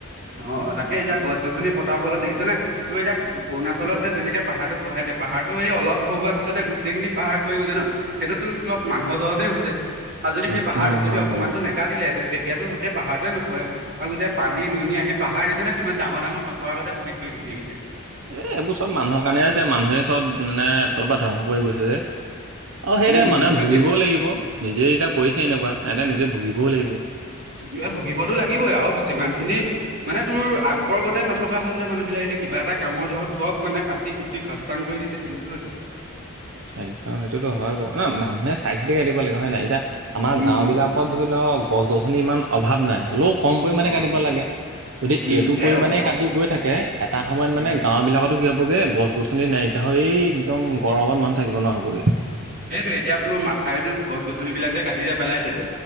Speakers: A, on the right; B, on the right.
A: অ তাকে এতিয়া গছ গছনি পতাৰ ফলত দেখিছনেে তোৰ এতিয়া অৰুণাচলত যেনেকে পাহাৰটো খহাইায় পাহাৰটো এই অল খহোৱা পিছতে গোটেইখিনি পাহাৰ খৰি গৈছে ন সেইটোতো চব মানুহৰ জ্বৰতেই হৈছে আৰু যদি
B: একদম
A: সেই পাহাৰতটো
B: হয়
A: যদি অকনমানো
B: হয়।
A: ন কাটিলে হেতেন তেতিয়াটো গোটেই পাহাৰতোৱে নখহে আৰু গোটেই পানী দুনী আহি পাহাৰ দেখিছ নে কিমান ডাঙৰ ডাঙৰ চকুৰ আগতে খহি খহি গুচি আহিছে
B: এ এইবোৰ চব মানুহৰ কাৰণে হৈছে মানুহে চব মানে এফালৰ পৰা ধ্বংস কৰি গৈছে যে অ সেইটোৱে
A: উম, উম,
B: মানুহে
A: সেইটোৱে
B: ভুগিবও লাগিব। নিজে যেতিয়া কৰিছেই এনেকুৱা সেহেতে নিজে ভুগিবও লাগিব
A: এতিয়া ভুগিবতো লাগিবই আৰু যিমান খিনি মানে তোৰ আগৰ গতে নথকা হ'ল যে মানুহবিলাক, এতিয়া কিবা এটা কামৰ জহত চব মানে কাট কাটি কুটি সাস্তাং কৰি দিছে তেনেকুৱা হৈছে
B: একদম সেইটোতো হয় বও। ন মানুহে চাই চিতি কাই দিব লাগিব হয় নাই এতিয়া আমাৰ
A: উম,
B: গাঁও
A: উম,
B: বিলাক ধৰি লওক গছ গছনি ইমান অভাৱ নাই হ'লেও কম পৰিমাণে
A: অ',
B: কাটিব লাগে। যদি
A: উম,
B: এইটো পৰিমাণে
A: এ অ',
B: কাটি গৈ থাকে এটা সময়ত মানে
A: উম।
B: গাঁওবিলাকত কি হ'বগে গছ গছনি নাইকিয়া হৈ এই একদম গৰমত মানুহ থাকিব নোৱাৰা হবগে
A: সেইটোৱে এতিয়াটো মথাউৰিটোত গছ গছনি বিলাক যে কাটি যে পেলাইছে যে